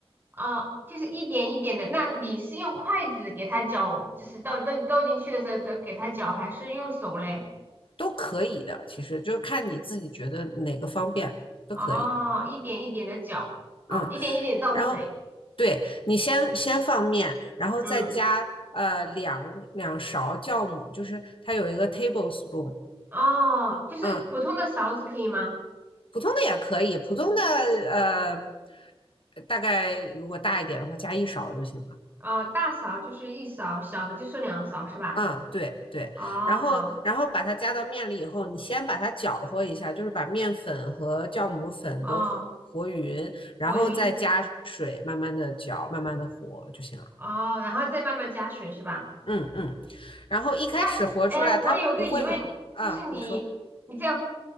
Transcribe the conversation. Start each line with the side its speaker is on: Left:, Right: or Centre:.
Right: 啊，就是一点一点的。那你是用筷子给它搅，就是倒倒倒进去的时候，再给它搅，还是用手嘞？
Left: 都可以的，其实就看你自己觉得哪个方便都可以，
Right: 哦，一点一点的搅，好，
Left: 嗯。
Right: 一点一点地倒水。
Left: 然后对你先先放面，然后再加呃两两勺酵母，
Right: 嗯，
Left: 就是它有一个 tablespoon，
Right: 哦，就是普通的勺子可以吗？
Left: 嗯，普通的也可以，普通的呃大概如果大一点的话加一勺就行了。
Right: 哦，大勺就是一勺，小的就是两勺，是吧？
Left: 嗯，对对，
Right: 哦，
Left: 然后然后把它加到面里以后，
Right: 好，
Left: 你先把它搅和一下，就是把面粉和酵母粉都和匀，
Right: 哦，
Left: 然后再加水，
Right: 和匀，
Left: 慢慢的搅，慢慢的和就行了。
Right: 哦，然后再慢慢加水，是吧？
Left: 嗯嗯，然后一开始活出来，
Right: 那是，哎，
Left: 他不会很啊，
Right: 我有个疑问，就是你你在
Left: 你说